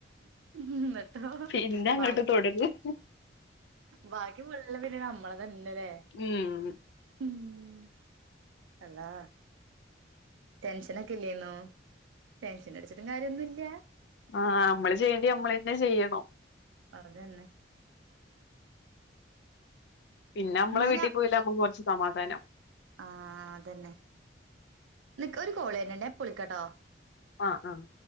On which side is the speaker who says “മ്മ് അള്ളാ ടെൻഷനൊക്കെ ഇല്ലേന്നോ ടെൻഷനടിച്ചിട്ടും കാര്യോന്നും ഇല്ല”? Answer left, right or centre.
Right